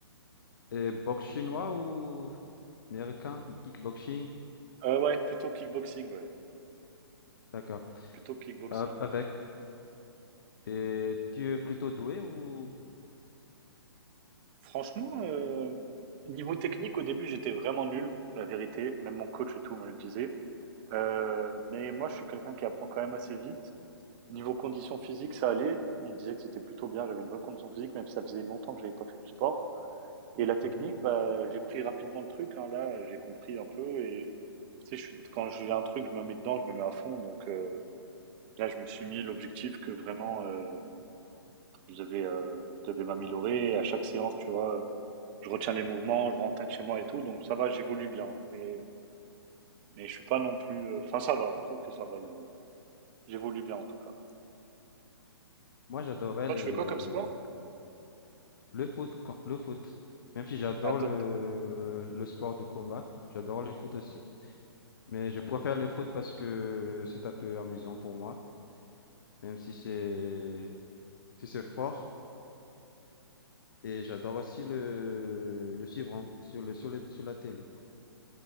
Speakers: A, on the left; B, on the right.
A: Et boxe chinois ou américain? Kickboxing?
B: Euh, ouais, plutôt kickboxing, ouais.
A: D'accord.
B: Plutôt que kickboxing.
A: Euh, avec. Et tu es plutôt doué ou.
B: Franchement, euh, niveau technique, au début, j'étais vraiment nul, la vérité. Même mon coach et tout me le disait. Euh, mais moi, je suis quelqu'un qui apprend quand même assez vite. Niveau condition physique, ça allait. On me disait que c'était plutôt bien. J'avais une bonne condition physique, même si ça faisait longtemps que j'avais pas fait du sport. Et la technique,
A: Mhm.
B: bah, j'ai pris rapidement le truc. hein. Là, j'ai compris un peu. Et tu sais, je suis, quand j'ai un truc, je me mets dedans, je me mets à fond. Donc euh, là, je me suis mis l'objectif que vraiment, euh, je devais, euh, je devais m'améliorer. À chaque séance, tu vois, je retiens les mouvements, je rentre chez moi et tout, donc ça va, j'évolue bien. Mais, mais je suis pas non plus. euh, Enfin, ça va, je trouve que ça va le niveau. J'évolue bien en tout cas.
A: Moi, j'adorais
B: Toi,
A: le,
B: tu fais quoi comme sport?
A: le foot, quand- le foot. Même si j'adore
B: Ah, toi,
A: le,
B: t-
A: le sport de combat, j'adore le foot aussi. Mais je préfère le foot parce que c'est un peu amusant pour moi. même si c'est si c'est fort. Et j'adore aussi le, le suivre hein, sur le, sur le- sur la télé.